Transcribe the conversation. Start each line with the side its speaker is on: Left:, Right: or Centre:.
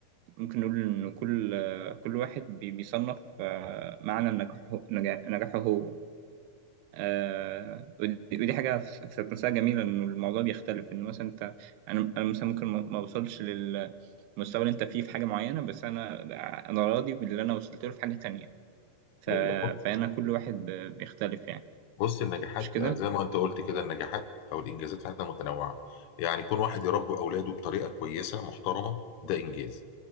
Right: ممكن نقول إن كل كل واحد بي- بيصنف آه، معنى نجاحه نجاحه هو آه ودي ودي حاجة في في ذات نفسها جميلة إن الموضوع بيختلف إن مثلا أنت أنا أنا مثلا ممكن ما ما أوصلش للمستوى اللي أنت فيه في حاجة معينة بس أنا أنا راضي باللي أنا وصلت له في حاجة تانية ف...
Left: ايوه
Right: فأنا كل واحد ب- بيختلف يعني
Left: بص النجاحات
Right: مش كده؟
Left: زي ما انت قلت كده النجاحات او الانجازات في حياتنا متنوعه يعني كون واحد يربي اولاده بطريقه كويسه محترمه ده انجاز